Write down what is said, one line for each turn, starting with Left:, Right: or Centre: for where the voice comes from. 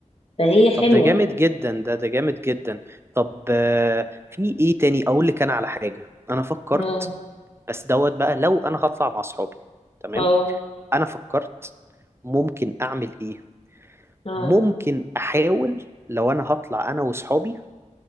Left: فهي حلوه
Right: طب ده جامد جدا ده ده جامد جدا طب آه، في ايه تاني اقول لك انا على حاجة انا فكرت
Left: اه
Right: بس دوت بقى لو انا هطلع مع اصحابي تمام
Left: اه
Right: انا فكرت ممكن اعمل ايه
Left: اه
Right: ممكن احاول لو انا هطلع انا واصحابي